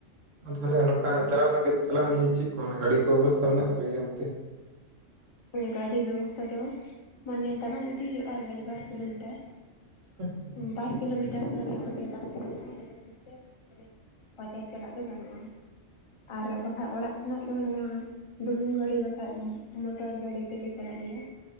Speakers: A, on the right; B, on the left.
A: ᱛᱟᱦᱞᱮ ᱱᱚᱝᱠᱟ ᱪᱟᱞᱟᱣ ᱱᱟ ᱠᱟᱹᱡ ᱪᱟᱞᱟᱣ ᱱᱤᱭᱮ ᱪᱤᱜ ᱠᱚ ᱢᱮᱱᱟ ᱜᱟᱹᱰᱤ ᱠᱚ ᱵᱮᱵᱚᱥᱛᱟ ᱢᱮᱱᱟᱜ ᱛᱟᱯᱮ ᱜᱮᱭᱟ ᱚᱱᱛᱮ?
B: ᱜᱟᱹᱰᱤ ᱵᱮᱵᱚᱥᱛᱷᱟ ᱫᱚ, ᱢᱟᱱᱮ ᱛᱟᱲᱟᱢ ᱤᱫᱤ ᱦᱩᱭᱩᱜᱼᱟ ᱜᱮᱞᱵᱟᱨ ᱠᱤᱞᱳᱢᱤᱴᱟᱨ᱾
A: <inaudible>
B: ᱵᱟᱨ ᱠᱤᱞᱳᱢᱤᱴᱟᱨ ᱢᱟᱱᱮ ᱚᱸᱰᱮ ᱵᱟᱥ <unintelligible> ᱵᱟᱡᱟᱨ ᱪᱟᱞᱟᱜ ᱫᱚ ᱜᱟᱱᱚᱜᱼᱟ, ᱟᱨ ᱵᱟᱠᱷᱟ ᱚᱲᱟᱜ ᱠᱷᱚᱱᱟᱜ ᱫᱚ ᱱᱚᱣᱟ ᱰᱩᱞᱩᱝ ᱜᱟᱹᱲᱤ ᱵᱟᱠᱷᱟᱡ ᱢᱚᱴᱚᱨ ᱜᱟᱹᱲᱤ ᱛᱮᱞᱮ ᱪᱟᱞᱟᱜ ᱜᱮᱭᱟ᱾